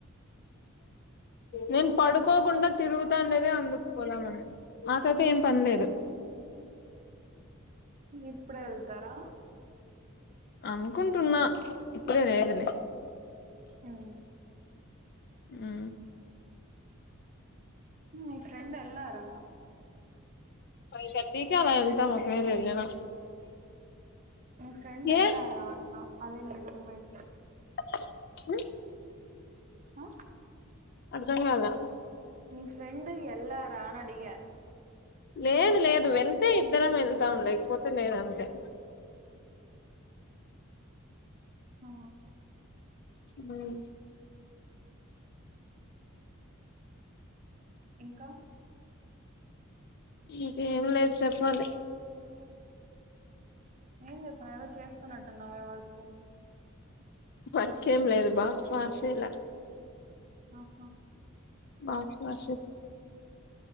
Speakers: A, on the left; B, on the right.
A: నేను పడుకోకుండా తిరుగుతాండేది అందుకుపోదామని మాకైతే ఏం పనిలేదు
B: ఇప్పుడు వెళ్తారా
A: అనుకుంటున్నా ఇప్పుడే లేదులే
B: అవు
A: ఆ
B: మీ ఫ్రెండ్ వెళ్ళ ర
A: ఫైవ్ థర్టీ ఎంత మాకు వెళ వెళ్ళనా
B: ఫ్రెండ్
A: ఏ
B: వేలర్ ఆను అదే లేదు అమ్మాయి
A: అ
B: ఆ
A: అగ అాల
B: న ఫ్రెం వెలిలరా అగా
A: లేదు లేదు వెళ్తే ఇద్దరం వెళ్తాం లేకపోతే లేదంతే
B: ఆ
A: అ
B: ఇంకా
A: ఇంకేం లేదు చెప్పాలి
B: ఏం చేసాం ఏదో చేస్తున్నట్టున్నావవే వరకు
A: వర్క్ ఆమె లేదు ఆశలా
B: ఆఓహో
A: బస్